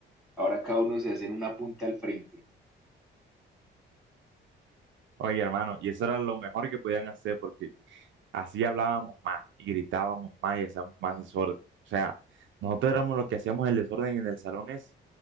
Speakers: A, in the centre; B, on the right (about 70°).
A: ahora cada uno se hace en una punta al frente.
B: Oye, hermano, y eso era lo mejor que podían hacer porque así hablábamos más y gritábamos más y hacíamos más desorden. O sea, nosotros éramos los que hacíamos el desorden en el salón ese.